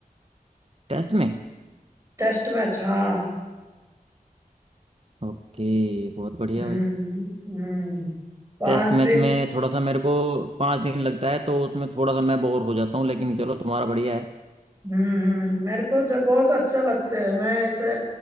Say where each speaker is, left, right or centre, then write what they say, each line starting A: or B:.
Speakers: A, on the right; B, on the right.
A: टेस्ट में
B: टेस्ट मैच हाँ
A: ओके बहुत बढ़िया
B: हम्म
A: भाई
B: हम्म पांच
A: टेस्ट
B: दिन
A: मैच में थोड़ा सा मेरे को पाँच दिन लगता है तो उसमें थोड़ा सा मैं बोर हो जाता हूँ लेकिन चलो तुम्हारा बढ़िया है
B: हम्म हम्म, मेरे को जब बहुत अच्छा लगता है मैं ऐसे